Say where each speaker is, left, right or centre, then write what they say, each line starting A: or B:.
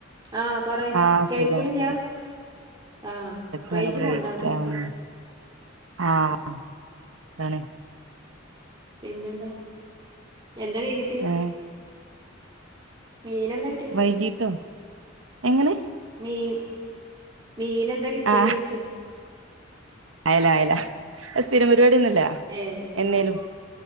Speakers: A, on the right; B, on the right.
A: ആഹ് പറയ്
B: ആഹ്
A: കേൾക്കണില്ല
B: ഇടക്ക്
A: ആഹ്
B: ങ്ങനെ
A: റേഞ്ച്
B: ബ്രയിക്
A: പോണുണ്ടോ അവിടെ ഇടക്ക്
B: ആവുന്ന് ആഹ് ആഹ് താണ്
A: പിന്നെന്താ എന്താ മീൻ കിട്ടി
B: ഏഹ്
A: മീനന്താ കി.
B: വൈകീട്ടും എങ്ങനെ.
A: മീൻ മീൻ ന്തെ കിട്ടിയെ
B: ആഹ്
A: ചോയിക്കെ.
B: അയല അയല അത് സ്ഥിരം പരിപാടിന്നുല്ല
A: ഏ
B: എന്നേലും.
A: അയ്